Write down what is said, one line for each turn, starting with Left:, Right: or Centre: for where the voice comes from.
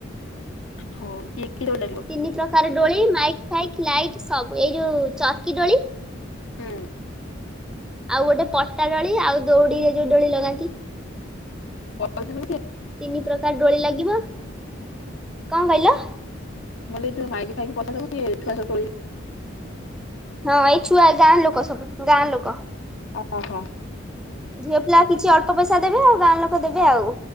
Left: ହଉ କି କି ଦୋଳି ଲାଗିବ?
Centre: ତିନି ପ୍ରକାର ଡୋଳି ମାଇକ୍ ଫାଇକ୍ ଲାଇଟ୍ ସବୁ, ଏଇ ଯୋଉ ଚରକି ଦୋଳି।
Left: ହଁ।
Centre: ଆଉ ଗୋଟେ ପଟାଡୋଳି ଆଉ ଦଉଡିରେ ଯୋଉ ଡୋଳି ଲଗାନ୍ତି।
Left: ଓ ହଁ <inaudible>
Centre: ତିନି ପ୍ରକାର ଡୋଳି ଲାଗିବ। କଣ କହିଲ?
Left: ମୁଁ କହିଲି ଏଇ ଯୋଉ ମାଇକି ଫାଇକି ପଇସା ସବୁ କିଏ ଛୁଆ ସବୁ ଠୋଳେଇ
Centre: ହଁ ଏଇ ଛୁଆ ଗାଁ ଲୋକ ସବୁ ଗାଁ ଲୋକ।
Left: ଓହୋ।
Centre: ଝିଅ ପିଲା କିଛି ଅଳ୍ପ ପଇସା ଦେବେ, ଆଉ ଗାଁ ଲୋକ ଦେବେ ଆଉ।